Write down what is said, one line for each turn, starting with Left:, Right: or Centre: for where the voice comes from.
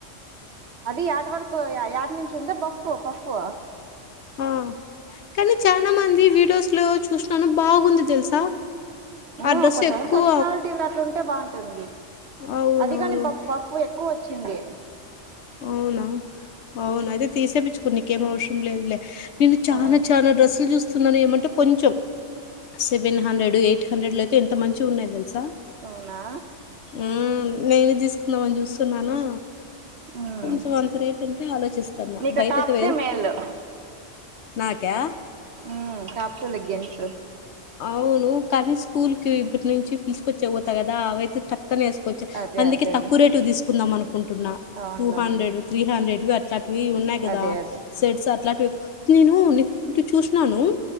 Right: అది ఆట వరకు ఏయాట నుంచి ఉందా పఫ పప్పు
Left: ఆ కానీ చాలా మంది వీడియోస్ లో చూసినను బాగుంది తెలుసా
Right: ఆ
Left: డ్రెస్
Right: ఒ కొంత
Left: ఎక్కువ
Right: మంది పర్సనాలిటీ ఆ అట్లుంటే బాగుంటుంది
Left: అవునవును.
Right: అది కాని పఫ్ ఎక్కువోచ్చింది
Left: అవునా అవునా అయితే తీసే పిచ్చుకో నీకేం అవసరం లేదులే నేను చానా
Right: ఆ
Left: చానా డ్రెస్లు చూస్ సున్నానో ఏమంటవ్ కొంచెం సెవెన్ హండ్రెడ్ ఎయిట్ హండ్రెడ్లైతే ఎం ఎంత మంచిగున్నాయి తెల్సా
Right: అవునా
Left: మ్మ్ నేను జీసుకుందామని జూస్సున్నానా
Right: ఉమ్
Left: కొంచెం అంత రేట్ అంటే ఆలోచిస్తాన్న
Right: నీకు
Left: బయటైతే
Right: టాప్సే
Left: వేరు.
Right: మేలు
Left: <inaudible> నాక్య
Right: మ్ టాప్స్ లెగ్గింగ్స్
Left: అవును కానీ స్కూల్ కి ఇప్పట్ నుంచి పిల్సుకొచ్చేకి పోతా కదా అవైతే త. క్కన ఏసుకోవచ్చు
Right: అదే
Left: అందుకే
Right: అదేలే
Left: తక్కువ రేటు తీసుకుందాం అనుకుంటున్నా
Right: అవునులేండి
Left: టూ, హండ్రెడ్, త్రీ హండ్రెడ్వి అట్లాటి. వి ఉన్నాయి కదా
Right: అదే అదే
Left: సెట్స్ అట్లాంటివి నేను నీకు కుట్టి చూస్ నాను